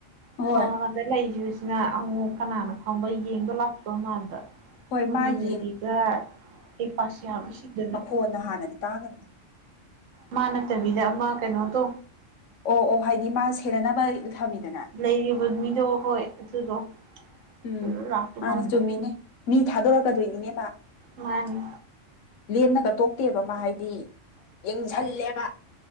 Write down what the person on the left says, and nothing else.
ꯍꯣꯏ
ꯍꯣꯏ
ꯃꯥ
ꯌꯦꯡ
ꯑꯣ ꯅꯍꯥꯟꯅꯗꯤ ꯇꯥꯒ꯭ꯔꯝꯅꯤ
ꯑꯣ ꯑꯣ ꯍꯥꯏꯗꯤ ꯃꯥ ꯁꯦꯟꯅꯅꯕ ꯊꯝꯃꯤꯗꯅ
ꯎꯝ
ꯃꯥꯅꯤ
ꯆꯨꯝꯃꯤꯅꯦ ꯃꯤ ꯊꯥꯗꯣꯔꯛꯀꯗꯨꯏꯅꯤꯅꯦ ꯃꯥ
ꯂꯦꯝꯅꯒ ꯇꯣꯛꯇꯦꯕ ꯃꯥ ꯍꯥꯏꯗꯤ ꯌꯦꯡꯖꯜꯂꯦꯕ